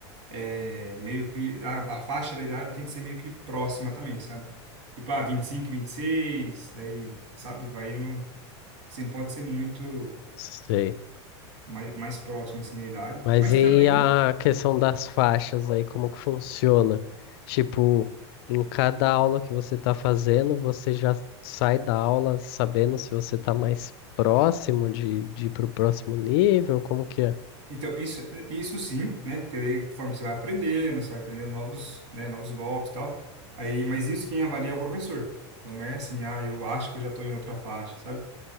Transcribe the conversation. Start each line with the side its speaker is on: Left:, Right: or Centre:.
Right: é, meio que a, a faixa da idade tem que ser meio que próxima também, sabe? Tipo, ah, 25, 26, daí, sabe? Vai indo. Assim, não pode ser muito
Left: Sei.
Right: mais, mais próximo, assim, a idade.
Left: Mas
Right: Mas
Left: e
Right: também.
Left: a questão das faixas aí, como que funciona? Tipo, em cada aula que você tá fazendo, você já sai da aula sabendo se você tá mais próximo de, de ir pro próximo nível? Como que é?
Right: Então, isso, isso sim, né? Porque daí, conforme você vai aprendendo, você vai aprendendo novos, né, novos golpes e tal. Aí, mas isso quem avalia é o professor. Então, não é assim, ah, eu acho que eu já tô em outra faixa, sabe?